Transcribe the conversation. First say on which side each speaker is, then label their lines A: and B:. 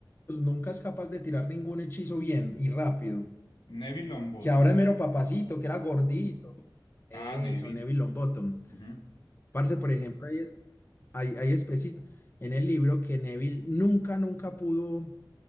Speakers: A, on the left; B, on the left.
A: pues, nunca es capaz de tirar ningún hechizo bien y rápido.
B: Neville Longbottom.
A: Que ahora es mero papacito, que era gordito. Eso,
B: Ah, Neville.
A: Neville Longbottom.
B: Ujú.
A: Parce, por ejemplo, hay, es- hay, hay especies en el libro que Neville nunca, nunca pudo